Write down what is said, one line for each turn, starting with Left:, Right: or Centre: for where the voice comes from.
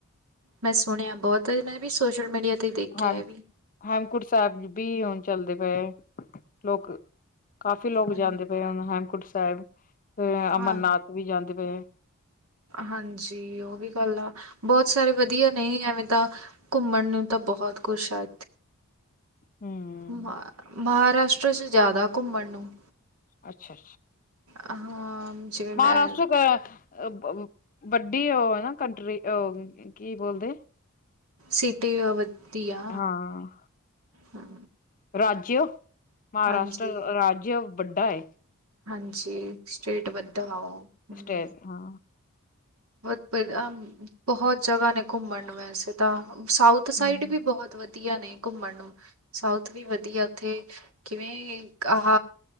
Right: ਮੈਂ ਸੁਣਿਆ ਬਹੁਤ, ਹੈਨਾ ਵੀ ਸੋਸ਼ਲ ਮੀਡੀਆ ਤੇ ਦੇਖਿਆ
Left: ਹਮ
Right: ਇਹ ਵੀ
Left: ਹੇਮਕਟ ਸਾਹਿਬ ਵੀ ਹੁਣ ਚੱਲਦੇ ਪਏ, ਲੋਕ ਕਾਫੀ ਲੋਕ
Right: ਹਾਂ
Left: ਜਾਂਦੇ ਪਏ ਆ ਹੁਨ ਹੇਮਕੁੰਟ ਸਾਹਿਬ ਫ
Right: ਹਾਂ,
Left: ਅਮਰਨਾਥ ਵੀ ਜਾਂਦੇ ਪਏ
Right: ਹਾਂਜੀ ਉਹ ਵੀ ਗੱਲ ਆ ਬਹੁਤ ਸਾਰੇ ਵਧੀਆ ਨਹੀਂ ਐਵੇਂ ਤਾਂ ਘੁੰਮਣ ਨੂੰ ਤਾਂ ਬਹੁਤ ਕੁਛ ਹੈ
Left: ਹਮ
Right: ਮ ਮਹਾਰਾਸ਼ਟਰ ਚ ਜ਼ਿਆਦਾ ਘੁੰਮਣ ਨੂੰ।
Left: ਅੱਛਾ ਅੱਛਾ।
Right: ਹਾਂ। ਜਿਵੇਂ ਮੈਂ
Left: ਮਹਾਰਾਸ਼ਟਰ ਕੇ ਵੱਡੀ ਉਹ ਹੇਨ ਨਾ ਕੰਟਰੀ, ਕੀ ਬੋਲਦੇ?
Right: ਸਿਟੀ ਵਧੀਆ
Left: ਹਾਂ।
Right: ਹਾਂ,
Left: ਰਾਜਜਿਓ, ਮਹਾਰਾਸ਼ਟਰ
Right: ਹਾਂਜੀ
Left: ਰਾਜਜਿਓ ਵੱਡਾ ਏ।
Right: ਹਾਂਜੀ, ਸਟੇਟ ਵਧਾ ਉਹ ਹਮ
Left: ਸਟੇਟ ਹਾਂ
Right: ਬਹੁਤ- ਬਹੁਤ ਜਗ੍ਹਾ ਨੇ ਘੁੰਮਣ ਨੂੰ, ਵੈਸੇ ਤਾਂ ਮੈ ਸਾਊਥ ਸਾਈਡ
Left: ਹਮ
Right: ਵੀ, ਬਹੁਤ ਵਧੀਆ ਨੇ ਘੁੰਮਣ ਨੂੰ, ਸਾਊਥ ਵੀ ਵਧੀਆ, ਉੱਥੇ ਕਿਵੇਂ ਆਹ